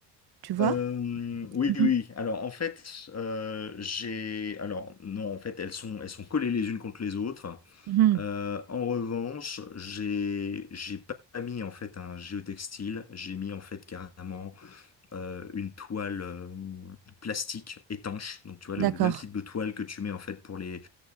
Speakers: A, on the right; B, on the left.
A: Tu vois?
B: Euh, oui,
A: Mhm,
B: oui. Alors, en fait, euh, j'ai. Alors, non, en fait, elles sont, elles sont collées les unes contre les autres.
A: mhm,
B: Euh, en revanche, j'ai, j'ai pas mis en fait un géotextile. J'ai mis en fait carrément euh, une toile euh, plastique étanche. Donc, tu vois, le,
A: D'accord.
B: le même type de toile que tu mets en fait pour les